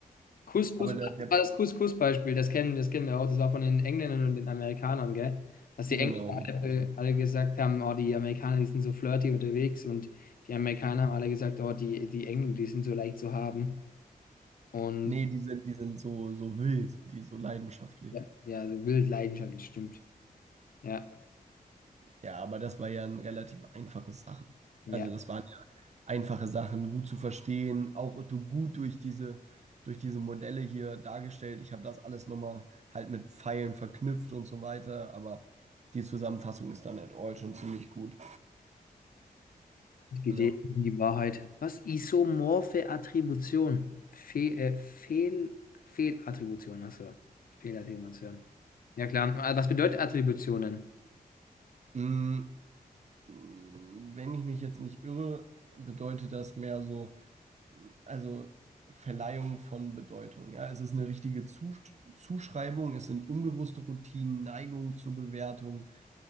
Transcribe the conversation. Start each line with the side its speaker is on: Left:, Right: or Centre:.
Left: Couscous,
Right: Aber
Left: das
Right: der, der,
Left: war das Couscous-Beispiel, das kennen, das kennen wir auch, das war von den Engländern und den Amerikanern, gell? Dass die Engländer
Right: genau, richtig.
Left: alle, alle gesagt haben, oh, die Amerikaner, die sind so flirty unterwegs und die Amerikaner haben alle gesagt, oh, die, die Engländer, die sind so leicht zu haben und
Right: Nee, die sind, die sind so, so wild, die so leidenschaftlich.
Left: ja, ja, so wild leidenschaftlich, stimmt. Ja,
Right: Ja, aber das war ja ein relativ einfaches Sachen.
Left: ja,
Right: Also das waren ja einfache Sachen, gut zu verstehen, auch du- gut durch diese, durch diese Modelle hier dargestellt. Ich habe das alles nochmal halt mit Pfeilen verknüpft und so weiter, aber die Zusammenfassung ist dann at all schon ziemlich gut.
Left: es geht
Right: Ja.
Left: eh um die Wahrheit. Was? Isomorphe Attribution? Fe äh, Fehl Fehlattribution, achso, Fehlattribution. Ja klar, Aber was bedeutet Attributionen?
Right: Mm, mm, Wenn ich mich jetzt nicht irre, bedeutet das mehr so also Verleihung von Bedeutung. Ja, es ist eine richtige Zus Zuschreibung, es sind unbewusste Routinen, Neigungen zur Bewertung.